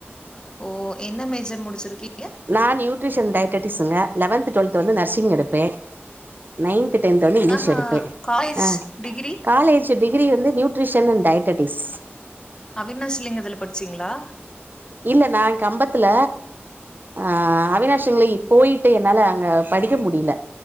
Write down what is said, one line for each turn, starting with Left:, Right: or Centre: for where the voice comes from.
Left: ஓ என்ன மேஜர் முடிச்சிருக்கி
Right: நா நியூட்ரிஷன் டயடடிக்ஸ்ங்க லெவன்த் டுவல்த் வந்து நர்சிங் எடுப்பே நைன்த் டென்த் வந்து இங்கிலீஷ்
Left: ஆஹா
Right: எடுப்பே
Left: காலேஜ்
Right: ஆ
Left: டிகிரி
Right: காலேஜ் டிகிரி வந்து நியூட்ரிஷன் அண்ட் டயடடிக்ஸ்
Left: அவினாஷிலிங்கத்துல படிச்சீங்களா
Right: இல்ல நா கம்பத்துல அ அவினாஷிங்கள போயிட்டு என்னால அங்க படிக்க முடியல